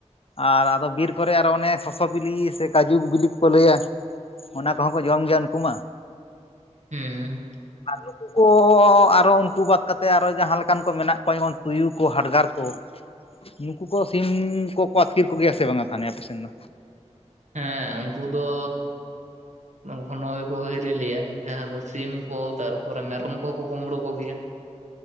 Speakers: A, on the left; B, on the right.
A: ᱟᱨ ᱟᱫᱚ ᱵᱤᱨ ᱠᱚᱨᱮ ᱟᱨᱚ ᱚᱱᱮ ᱥᱚᱥᱚ ᱵᱤᱞᱤ ᱥᱮ ᱠᱟᱡᱩ ᱵᱤᱞᱤ ᱠᱚᱠᱚ ᱞᱟᱹᱭᱟ ᱚᱱᱟ ᱠᱚᱦᱚᱸ ᱠᱚ ᱡᱚᱢ ᱜᱮᱭᱟ ᱩᱱᱠᱩ ᱢᱟ᱾
B: ᱦᱩᱸ᱾
A: ᱱᱩᱠᱩ ᱠᱚ ᱟ ᱨᱚ ᱩᱱᱠᱩ ᱵᱟᱫ ᱠᱟᱛᱮ ᱟᱨᱚ ᱡᱟᱦᱟᱸ ᱞᱮᱠᱟᱱ ᱠᱚ ᱢᱮᱱᱟᱜ ᱠᱚᱣᱟ ᱡᱮᱢᱚᱱ ᱛᱩᱭᱩ ᱠᱚ ᱦᱟᱰᱜᱟᱨ ᱠᱚ᱾ ᱱᱩᱠᱩ ᱠᱚ ᱥᱤᱢ ᱠᱚᱠᱚ ᱟᱹᱛᱠᱤᱨ ᱠᱚᱜᱮᱭᱟ ᱥᱮ ᱵᱟᱝᱟ ᱛᱷᱟᱱᱮ ᱟᱯᱮ ᱥᱮᱱ ᱫᱚ?
B: ᱦᱮᱸ ᱩᱱᱠᱩ ᱫᱚ ᱜᱷᱚᱱᱚ ᱜᱮᱠᱚ ᱦᱤᱨᱤᱞᱮᱭᱟ ᱡᱟᱦᱟᱸ ᱫᱚ ᱥᱤᱢ ᱠᱚ ᱛᱟᱨᱯᱚᱨᱮ ᱢᱮᱨᱚᱢ ᱠᱚᱦᱚᱸ ᱠᱚ ᱠᱩᱢᱵᱽᱲᱩ ᱠᱚᱜᱮᱭᱟ᱾